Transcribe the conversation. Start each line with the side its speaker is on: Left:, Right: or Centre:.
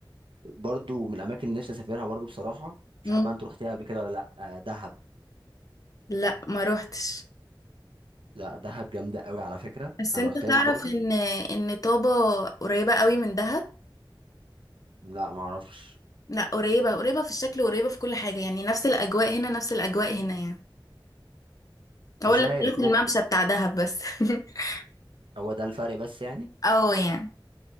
Right: برضه من الاماكن اللي نفسي اسافرها برضه بصراحة مش
Left: امم
Right: عارف بقى انت رحتيها قبل كده ولا لا آه، دهب
Left: لا ما روحتش
Right: لا دهب جامدة قوي على فكرة
Left: بس
Right: انا
Left: انت
Right: ما رحتهاش
Left: تعرف
Right: برضه
Left: ان ان طابة قريبة قوي من دهب
Right: لا ما اعرفش
Left: لا قريبة قريبة في الشكل قريبة في كل حاجة يعني نفس الاجواء هنا نفس الاجواء هنا يعني
Right: مش
Left: هو اللي
Right: عارف
Left: اختلاف الممشى
Right: ممكن
Left: بتاع دهب بس <laughs>
Right: هو ده الفرق بس يعني
Left: اه يعني